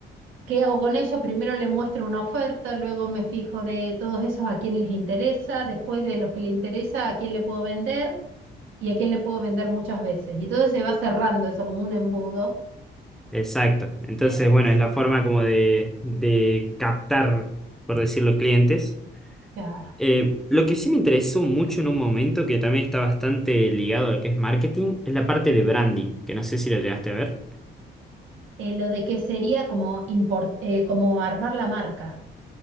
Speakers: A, on the right; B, in the centre.
A: ¿qué hago con ellos? Primero le muestro una oferta, luego me fijo de todos esos a quién les interesa, después de los que le interesa, a quién le puedo vender y a quién le puedo vender muchas veces. Y entonces se va cerrando eso como un embudo.
B: Exacto. Entonces,
A: Es,
B: bueno, es la forma como de, de captar, por decirlo, clientes.
A: claro.
B: Eh, lo que sí me interesó mucho en un momento, que también está bastante ligado a lo que es marketing, es la parte de branding, que no sé si lo llegaste a ver.
A: Eh, lo de que sería como, import- eh, como armar la marca.